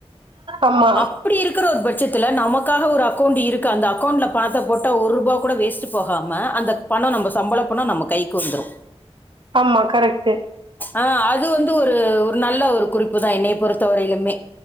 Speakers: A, on the right; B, on the left.
A: ஆமா
B: அப்டி இருக் குற ஒரு பட்சத்துல நமக்காக ஒரு அக்கௌண்ட் இருக்கு அந்த அக்கௌண்ட்ல பணத்த போட்டா ஒர்ரூபா கூட வேஸ்ட்டு போகாம அந்த பணோ நம்ப சம்பள பணோ நம்ம கைக்கு வந்துரு
A: ஆமா கரெக்ட்டு
B: ஆ அது வந்து ஒரு ஒரு நல்ல ஒரு குறிப்புதா என்னைய பொறுத்தவரையிலு மே